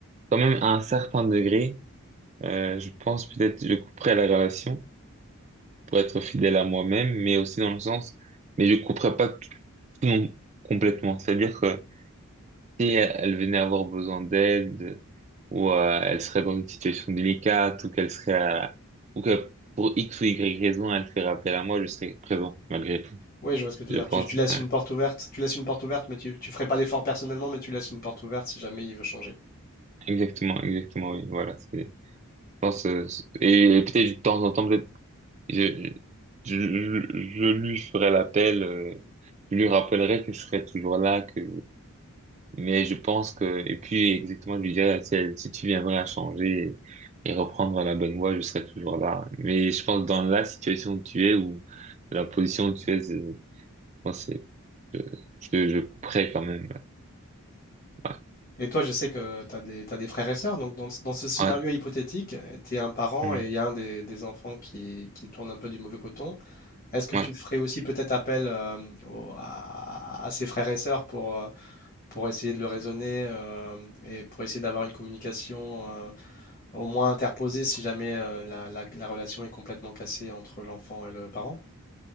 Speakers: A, on the right (about 30°); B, on the left (about 40°).
A: quand même, à un certain degré, euh, je pense, peut-être, je couperai la relation pour être fidèle à moi-même, mais aussi dans le sens, mais je couperai pas tout, tout non- complètement. C'est-à-dire que, si elle, venait avoir besoin d'aide, ou euh, elle serait dans une situation délicate, ou qu'elle serait à- ou que pour X ou Y raison, elle ferait appel à moi, je serais présent, malgré tout.
B: Oui, je vois ce que tu
A: Je
B: veux dire.
A: pense,
B: Tu, tu laisses
A: ouais.
B: une porte ouverte, tu laisses une porte ouverte, mais tu, tu ferais pas l'effort personnellement, mais tu laisses une porte ouverte si jamais il veut changer.
A: Exactement, exactement, oui, voilà, c'est, je pense, euh, et, et peut-être de temps en temps, peut-être, je, je, je, je lui ferai l'appel, euh, je lui rappellerai que je serai toujours là, que Mais je pense que, et puis exactement, je lui dirais, si, elle- si tu viendrais à changer et reprendre la bonne voie, je serais toujours là. Mais je pense dans la situation où tu es ou la position où tu es, c'est- moi, c'est, je, je, je couperais quand même. Ouais.
B: Et toi, je sais que tu as des, t'as des frères et sœurs, donc dans, ce dans ce scénario
A: Ouais.
B: hypothétique, tu es un parent
A: Mm.
B: et il y a un des, des enfants qui, qui tourne un peu du mauvais coton. Est-ce que
A: Ouais.
B: tu ferais aussi peut-être appel euh, au- à, à ses frères et sœurs pour, euh, pour essayer de le raisonner euh, et pour essayer d'avoir une communication euh, au moins interposée si jamais euh, la, la- la relation est complètement cassée entre l'enfant et le parent?